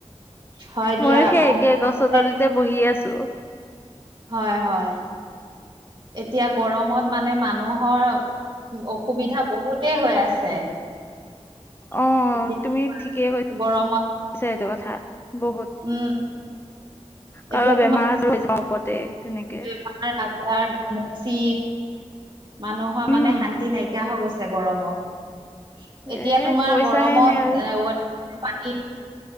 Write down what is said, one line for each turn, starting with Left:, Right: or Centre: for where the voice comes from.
Right: হয় দিয়া
Left: ময়ো সেই
Right: ব
Left: একে
Right: <unintelligible>
Left: গছৰ তলিতে বহি আছোঁ।
Right: হয় হয়। এতিয়া গৰমত মানে মানুহৰ অসুবিধা বহুতেই হৈ আছে।
Left: অ'
Right: এতিয়া
Left: তুমি ঠিকেই কৈ
Right: গৰমত
Left: ছা এইটো কথা বহুত।
Right: উম। এতিয়া
Left: কাৰণ বেমাৰ আজাৰ হৈ যাব ওপতে তেনেকে।
Right: <unintelligible> গামচি, মানুহৰ মানে
Left: উম
Right: শান্তি নাইকিয়া হৈ গৈছে। তাই গৰমত। এতিয়া
Left: এ
Right: তোমাৰ
Left: কৈছাহে
Right: গৰমত
Left: এনে আৰু
Right: আ <unintelligible>